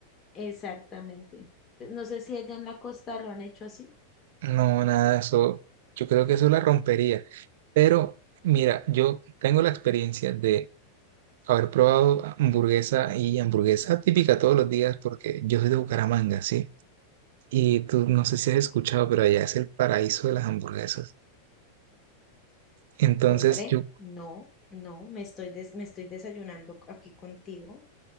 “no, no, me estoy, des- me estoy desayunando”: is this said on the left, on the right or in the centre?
Left